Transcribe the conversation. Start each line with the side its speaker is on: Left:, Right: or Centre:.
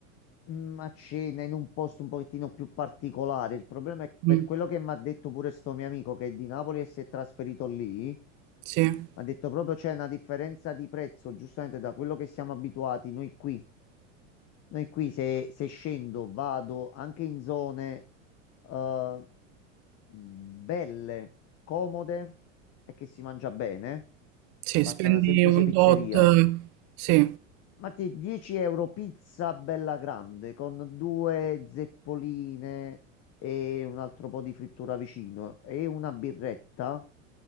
Left: mm, a cena in un posto un pochettino più particolare. Il problema è
Right: mm,
Left: per quello che mi ha detto pure sto mio amico che è di Napoli e si è trasferito lì.
Right: sì,
Left: Mi ha detto proprio c'è una differenza di prezzo, giustamente da quello che siamo abituati noi qui. Noi qui se, se scendo vado anche in zone eh, belle, comode e che si mangia bene.
Right: sì,
Left: Basta
Right: spendi
Left: una semplice
Right: un
Left: pizzeria.
Right: tot, sì,
Left: Marti, 10 euro pizza bella grande con due zeppoline e un altro po' di frittura vicino e una birretta,